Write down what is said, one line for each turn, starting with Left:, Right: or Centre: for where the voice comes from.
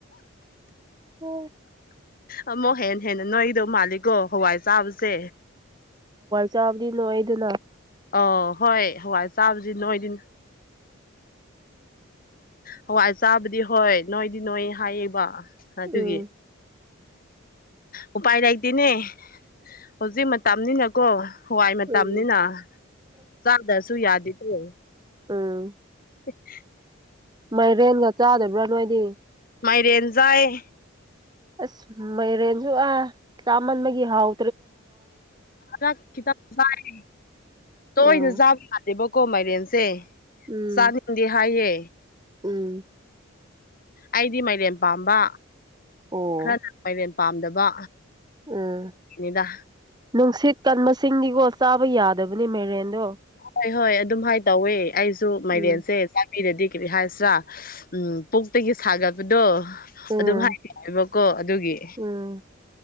Right: ꯎꯝ
Left: ꯑꯃꯛ ꯍꯦ ꯍꯦꯟꯅ ꯅꯣꯏꯗꯧ ꯃꯥꯜꯂꯤꯀꯣ ꯍꯋꯥꯏ ꯆꯥꯕꯁꯦ
Right: ꯆꯥꯂꯤ ꯅꯣꯏꯗꯅꯥ
Left: ꯑ ꯍꯣꯏ ꯍꯋꯥꯏ ꯆꯥꯕꯁꯤ ꯅꯣꯏꯗꯤ ꯍꯋꯥꯏ ꯆꯥꯕꯗꯤ ꯍꯣꯏ ꯅꯣꯏꯗꯤ ꯅꯣꯏ ꯍꯥꯏꯌꯦꯕ ꯑꯗꯨꯒꯤ
Right: ꯎꯝ
Left: ꯎꯥꯏꯔꯗꯅꯦ ꯍꯧꯖꯤꯛ ꯃꯇꯝꯅꯤꯅꯀꯣ ꯍꯋꯥꯏ ꯃꯇꯝꯅꯤꯅ
Right: ꯎꯝ
Left: ꯆꯥꯗ꯭ꯔꯁꯨ ꯌꯥꯗꯦꯗꯦ
Right: ꯑꯥ
Left: <inaudible>
Right: ꯃꯥꯏꯔꯦꯟꯒ ꯆꯥꯗꯕ꯭ꯔꯥ ꯅꯣꯏꯗꯤ
Left: ꯃꯥꯏꯔꯦꯟꯖꯥꯏ
Right: ꯑꯁ ꯃꯥꯏꯔꯦꯟꯁꯨ ꯑꯥ ꯆꯥꯃꯟꯕꯒꯤ ꯍꯥꯎ
Left: ꯑ ꯈꯤꯇꯪ ꯆꯥꯏ ꯇꯣꯏꯅ
Right: ꯎꯝ
Left: ꯆꯥꯕ ꯌꯥꯗꯦꯕ ꯀꯣ ꯃꯥꯏꯔꯦꯟꯁꯦ
Right: ꯎꯝ
Left: ꯆꯥꯅꯤꯡꯗꯤ ꯍꯥꯏꯌꯦ
Right: ꯎꯝ
Left: ꯑꯩꯗꯤ ꯃꯥꯏꯔꯦꯝ ꯄꯥꯝꯕ
Right: ꯑꯣ
Left: ꯈꯔꯅ ꯃꯥꯏꯔꯦꯝ ꯄꯥꯝꯗꯕ
Right: ꯎꯝ
Left: ꯅꯤꯗ
Right: ꯅꯨꯡꯁꯤꯠ ꯀꯟ ꯃꯁꯤꯡ ꯃꯁꯤꯡꯀꯣ ꯆꯥꯕ ꯌꯥꯗꯕꯅꯤ ꯃꯦꯔꯦꯟꯗꯣ
Left: ꯍꯣꯏ ꯍꯣꯏ ꯑꯗꯨꯝ ꯍꯥꯏ ꯇꯧꯋꯦ ꯑꯩꯁꯨ
Right: ꯎꯝ
Left: ꯃꯥꯏꯔꯦꯟꯁꯦ ꯄꯤꯔꯗꯤ ꯀꯔꯤ ꯍꯥꯏꯁꯤ꯭ꯔꯥ ꯎꯝ ꯄꯣꯛꯇꯒꯤ ꯁꯥꯒꯠꯄꯗꯣ
Right: ꯎꯝ
Left: ꯑꯗꯨꯕꯀꯣ ꯑꯗꯨꯒꯤ
Right: ꯎꯝ